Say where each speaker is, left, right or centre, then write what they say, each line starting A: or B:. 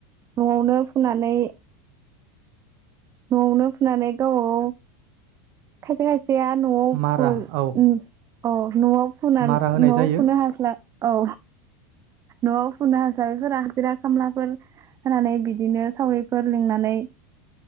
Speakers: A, on the right; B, on the right.
A: नआवनो फुनानै नआवनो फुनानै गावाव खायफा खाय फाया नआव
B: मारा
A: फु--ओम
B: औ
A: अ नआव फुनान
B: मारा होनाय
A: नआव
B: जायो
A: फुनो हास्ला औ नआव फुनो हासारिफोरा हाजिरा खामलाफोर होनानै बिदिनो सावरिफोर लिंनानै